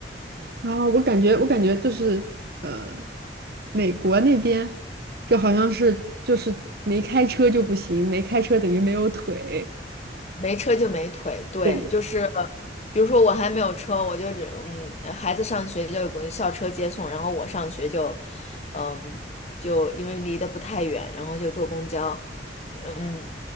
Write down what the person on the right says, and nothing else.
然后我感觉，我感觉就是呃，美国那边就好像是就是没开车就不行，没开车等于没有腿。
对，